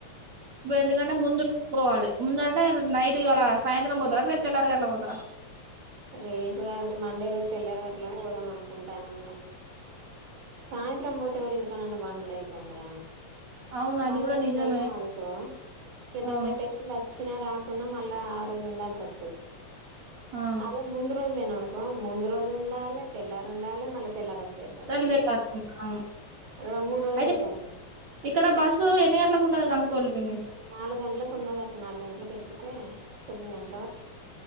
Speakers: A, on the right; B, on the right.
A: ఇప్పు ఎందుకంటే ముందుకు పోవాలె ముందుం టే నైట్కి ఇవాళ సాయంత్రం పోతారా రేపు తెలారు గట్లా పోతారా?
B: రేపుగాదు మండే రోజు తెల్లారు గట్లే పోదాం అనుకుంటాను ఇంగ సాయంత్రం పోతే ఎవరి ఇంటికాడ నేను పండుడైతుంది రా
A: అవును అది
B: మండే
A: కూడా
B: రోజు
A: నిజమే
B: పోయినావ్ అనుకో ఏదం
A: అవును
B: టెస్ట్లాచ్చి వచ్చినా రాకున్నా మళ్ళా ఆ రోజు ఉండాల్సి వస్తది
A: ఆ
B: అదే ముందు రోజు పోయినావ్ అనుకో ముందు రోజు ఉండాలె, తెల్లారు ఉండాలె మళ్ళీ తెల్లరజు
A: తెల్లారి అవును
B: రో మూడు రోజులు
A: అయితే
B: అయితాంది
A: ఇక్కడ బస్సు ఎన్ని గంటలకు ఉంటదో కనుక్కొవాలి పిన్ని
B: నాలుగు గంటలకు ఉన్నదంట నాలుగు గంటలకు ఎక్కితే తొమ్మిది గంటలకు